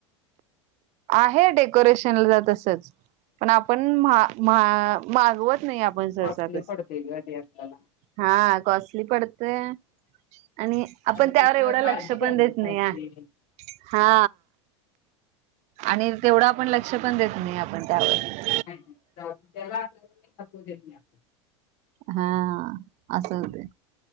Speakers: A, on the right (about 45°); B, on the left (about 55°).
A: आहे डेकोरेशनला तसच पण आपण मागवत नाही आपण सरसा
B: कॉस्टली
A: तस
B: पडते ग ते आपल्याला
A: हा कॉस्टली पडतेय आणि आपण
B: आणि
A: त्यावर
B: त्याच
A: एवढं
B: काळजी
A: लक्ष
B: घ्यायला
A: पण देत नाही
B: पाहिजे.
A: या हा आणि तेवढा आपण लक्ष पण देत नाही आपण त्यावर
B: नाही नाही त्यालाचू देत नाही आप
A: हा असल ते